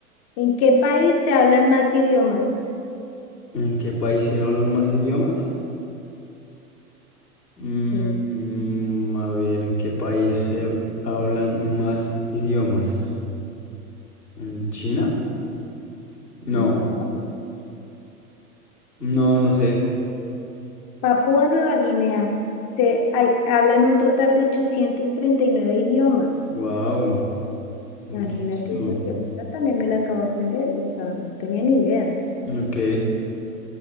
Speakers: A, on the left (about 35°); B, on the left (about 80°).
A: ¿En qué país se hablan más idiomas?
B: ¿En qué país se hablan más idiomas? Mm,
A: Sí,
B: mm, a ver, ¿en qué país se hablan más idiomas? ¿En China? No,
A: no.
B: no, no sé.
A: Papúa Nueva Guinea. Se hay- hablan un total de 839 idiomas.
B: Wow, muchísimo.
A: Imagínate, esta, yo- esta también me la acabo de aprender. O sea, no tenía ni idea.
B: Ok,